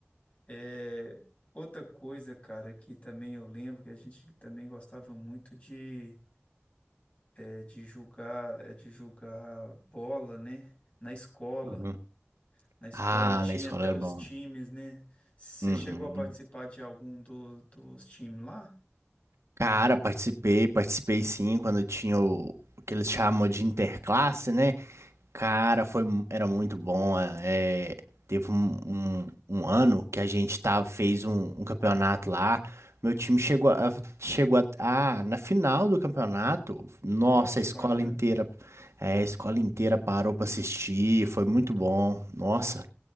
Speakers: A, on the left; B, on the right.
A: É, outra coisa, cara, que também eu lembro que a gente também gostava muito de, é, de jogar, é, de jogar bola, né? Na escola.
B: Uhum.
A: Na escola
B: Ah,
A: tinha
B: na escola
A: até
B: era
A: os
B: bom.
A: times, né? Você
B: Uhum.
A: chegou a participar de algum do- dos times lá?
B: Cara, participei, participei sim, quando tinha o, o que eles chamam de interclasse, né? Cara, foi, mu- era muito bom. é, é, teve um, um, um ano que a gente tava, fez um, um campeonato lá. Meu time chegou, a- chegou a, ah, na final do campeonato. Nossa,
A: Ó, que
B: a escola
A: bacana.
B: inteira, é, a escola inteira parou pra assistir. Foi muito bom. Nossa,
A: Ó.